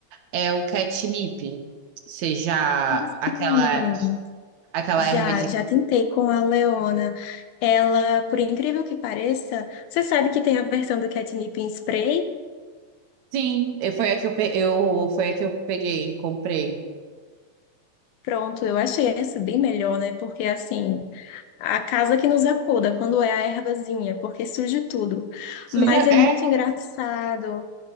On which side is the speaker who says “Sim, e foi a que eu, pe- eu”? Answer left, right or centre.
Right